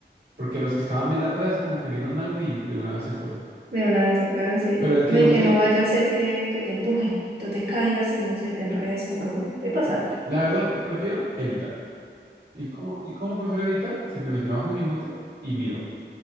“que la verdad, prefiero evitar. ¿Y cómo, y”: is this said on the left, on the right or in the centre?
Right